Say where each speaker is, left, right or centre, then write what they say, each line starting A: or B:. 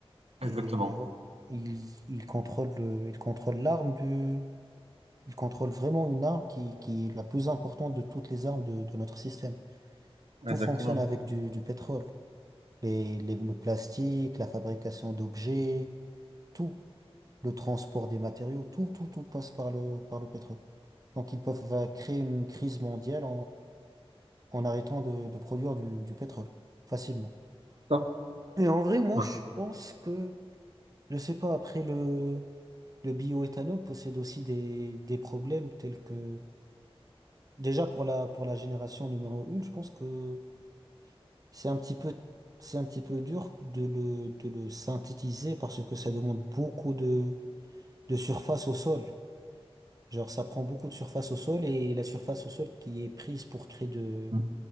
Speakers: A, on the right; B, on the right.
A: exactement.
B: Et oh, il, il contrôle le, il contrôle l'arme du, il contrôle vraiment une arme qui, qui est la plus importante de toutes les armes de, de notre système. Tout
A: Exactement.
B: fonctionne avec du, du pétrole. Les, les- le plastique, la fabrication d'objets, tout. Le transport des matériaux, tout, tout, tout passe par le, par le pétrole. Donc ils peuvent euh, créer une crise mondiale en arrêtant de, de produire du, du pétrole facilement.
A: Ça.
B: Et en vrai, moi,
A: Ouais.
B: je pense que, je sais pas, après le, le bioéthanol possède aussi des, des problèmes tels que, déjà pour la, pour la génération numéro une, je pense que c'est un petit peu, c'est un petit peu dur de le, de le synthétiser parce que ça demande beaucoup de, de surface au sol. Genre, ça prend beaucoup de surface au sol et la surface au sol qui est prise pour créer de
A: Mm.